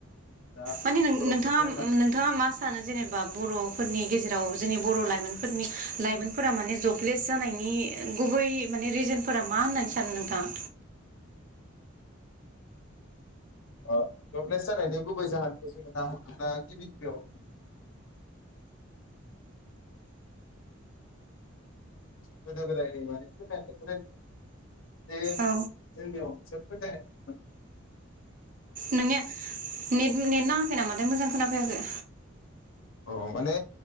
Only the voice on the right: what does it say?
माने नों-नोंथाङा-नोंथाङा
मा सानो जेनेबा बर'फोरनि गेजेराव जोंनि बर'लायमोनफोरनि लायमोनफोरा माने जबलेस जानायनि गुबै माने रिजोनफोरा मा होननानै सानो नोंथाङा
औ
नोंनिआ नेत नेत नांआ‌‌ खै नामाथाय मोजां खोनाफैयाखै